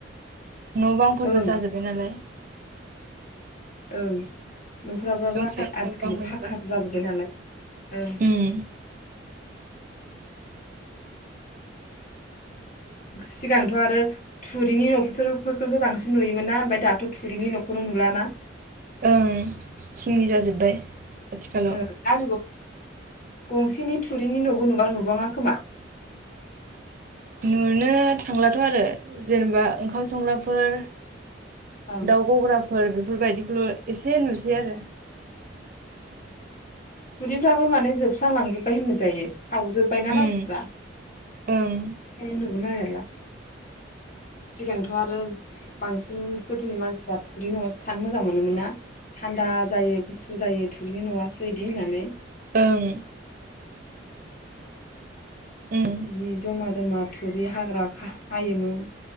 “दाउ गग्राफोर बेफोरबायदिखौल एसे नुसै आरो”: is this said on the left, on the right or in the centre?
Right